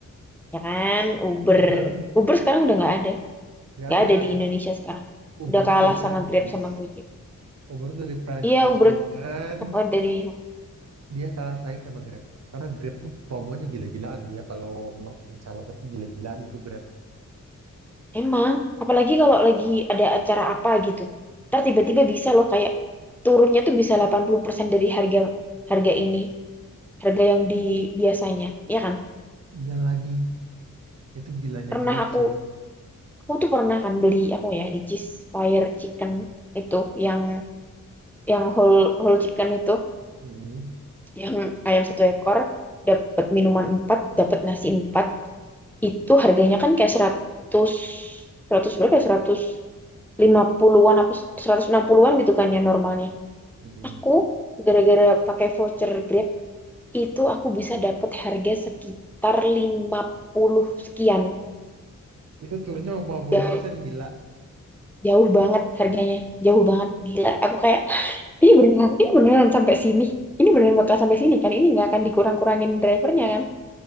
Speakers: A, in the centre; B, on the right.
A: ya kan? Uber.
B: Uber
A: Uber sekarang udah nggak ada.
B: nggak
A: Nggak
B: ada
A: ada di
B: itu
A: Indonesia sekarang.
B: Uber
A: Udah kalah
B: tuh dari Prancis.
A: sama Grab sama Gojek.
B: Uber tuh dari Prancis,
A: Iya Uber
B: cuman
A: oh, dari
B: dia kalah saing sama Grab. Karena Grab tuh promonya gila-gilaan dia kalau marketing salah satu gila-gilaan itu Grab.
A: Emang, apalagi kalau lagi ada acara apa gitu. Ntar tiba-tiba bisa loh kayak turunnya tuh bisa 80% dari harga harga ini, harga yang di biasanya, ya kan?
B: Iya lagi, itu gilanya
A: Pernah
B: Grab
A: aku
B: sih.
A: aku tuh pernah kan beli apa ya, Ricis Fire Chicken itu yang yang whole whole chicken itu,
B: Mm-mm,
A: yang ayam satu ekor dapat minuman 4, dapat nasi 4, itu harganya kan kayak 100 100 berapa ya? 150-an apa 160-an gitu kan ya normalnya.
B: mm-mm.
A: Aku gara-gara pakai voucher Grab itu aku bisa dapat harga sekitar lima puluh sekian.
B: Itu turunnya lima puluh
A: Jauh,
B: persen gila.
A: jauh banget harganya, jauh banget gila. Aku kayak ini beneran, ini beneran sampai sini. Ini beneran bakal sampai sini kan? Ini nggak akan dikurang-kurangin drivernya kan?